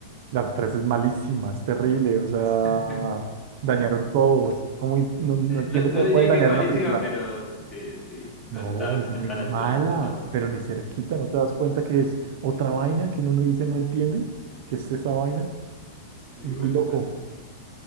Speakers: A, on the right; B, on the left.
A: La 3 es malísima, es terrible. O sea,
B: <laughs>
A: dañaron todo. es como im- no, no entiendo
B: No, no
A: cómo
B: diría
A: pueden dañar
B: que es malísima,
A: una película.
B: pero sí, sí, no
A: No,
B: está, no
A: es muy
B: está a la altura
A: mala,
B: de las otras dos.
A: pero ni cerquita. ¿No te das cuenta que es otra vaina que uno no dice, no entiende? ¿Qué es esa vaina?
B: Y
A: Es
B: bueno,
A: muy loco.
B: pues.